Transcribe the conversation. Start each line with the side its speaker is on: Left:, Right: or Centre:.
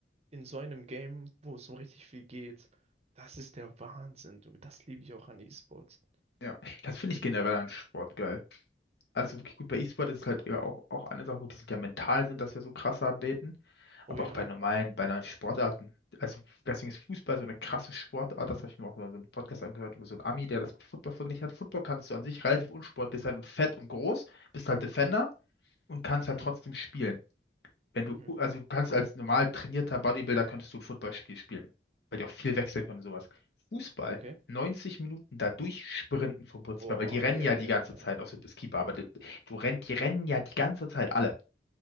Right: in so einem Game, wo es um richtig viel geht, das ist der Wahnsinn. du. Das liebe ich auch an E-Sports.
Left: Ja. Das finde ich generell an Sport geil. also wirklich gut, bei E-Sport ist halt ja auch, auch eine Sache, gut, die sind ja mental, sind das ja so krasse Athleten,
Right: Oh
Left: aber
Right: ja.
Left: auch bei normalen, bei normalen Sportarten. Also deswegen ist Fußball so eine krasse Sportart, das habe ich mir auch mal so einen Podcast angehört über so einen Ami, der das mit Football verglichen hat. Football kannst du an sich relativ unsportlich sein und fett und groß, bist halt Defender und kannst
Right: Mhm.
Left: halt trotzdem spielen wenn du,
Right: Mhm.
Left: also du kannst als normal trainierter Bodybuilder könntest du ein Footballspiel spielen, weil die auch viel wechseln können und sowas. Fußball,
Right: Okay.
Left: 90 Minuten da durchsprinten vom Prinzip
Right: Boah,
Left: her, weil die rennen
Right: ja,
Left: ja die
Right: ja,
Left: ganze
Right: ja. Ja,
Left: Zeit, außer du bist Keeper, aber du, du rennt, die rennen ja die ganze Zeit alle.